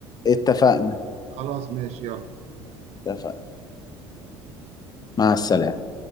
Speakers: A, on the left; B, on the right.
A: اتفقنا
B: خلاص ماشي يلا
A: اتفقنا مع السلامه